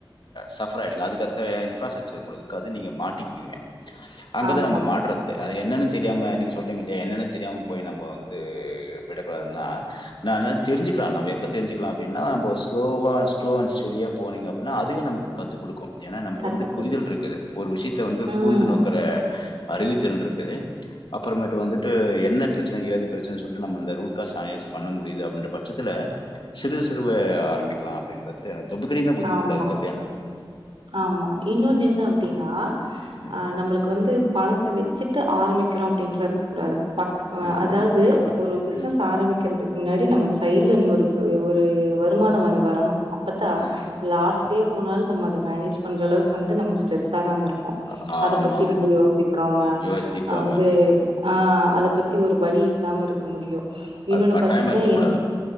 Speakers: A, on the left (about 65°); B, on the right (about 85°).
A: சஃபர் ஆயிடுவிங்க அதுக்கேத்த இன்பராஸ்டக்ச சர் இருக்காது நீங்க மாட்டிக்குவீங்க அங்கதான்
B: ஆமா
A: நம்ம மாட்றாதே அது என்னென்னு தெரியாம நீங்க சொல்றீங்கலாய என்னன்ன தெரியாம போய் நம்போ வந்து விடக்கூடாது நான் ந தெரிஞ்சுலாம் நமப்ப எப்போ தெரிஞ்சுகலாம் அப்டினா நம்போ ஸ்லோவா ஸ்லோவாண்ட்ஸ்டெடி ஹா போனங்க அப்பின அதுவே நமக்கு காத்துக் கொடுக்கோம் ஏன்னா நமக்கு
B: கத்து
A: வந்து புரிதல்
B: குடுக்கு
A: இருக்குது ஒரு விஷயத்த வந்து
B: ம்
A: கூர்ந்து நோக்குற அறிவுத்திறன் இருக்குது அப்புறமேட்டு வந்துட்டு என்ன பிரச்சன ஏது பிரச்சனன்னு சொல்லிட்டு நம்ம இந்த ரூட்காச் சஸ் பண்ண முடியுது அப்படின்ற பட்சத்துல சிறு சிறுவ ஆரம்பிக்கலாம் அப்படிங்கது தொப்புக்கடிலா குதிக்க
B: ஆமா
A: கூடாதுுறது என்னா
B: ஆமா இன்னொன்னு என்ன அப்படின்னா
A: ம்,
B: அஹ நம்மளுக்கு வந்து பணத்த வச்சு விட்டு ஆரம்பிக்கறோம் அப்டின்டுல இருக்க கூடாது பக்
A: ம்,
B: அதாவது ஒரு பிசினஸ்
A: ம்,
B: ஆரம்பிக்கிறதுக்கு முன்னாடி நம்ம சைல இன்னொரு ஒரு வருமானம் வந்து வரணும் அப்பத்தான்
A: ம்,
B: லாஸ்ளே
A: ம்.
B: போனாலும் நம்ம அத மேனேஜ் பண்றளவுக்கு வந்து நம்ம ஸ்ட்ரெஸ் ஆகாம இருக்க
A: அ- ஆமா,
B: அத பத்தி
A: ஆமா,
B: வந்து
A: ஆமா.
B: யோசிக்காம
A: யோசிக்காம
B: ஹ் வந்து
A: இருப்போம்.
B: ஆஹ் பத்தி ஒரு வழி இல்லாம இருக்க முடியும் இன்னொன்னு
A: அது கட்டாயமா
B: பாத்தீங்கன்னா
A: இருக்கக்கூடாது.
B: ஏ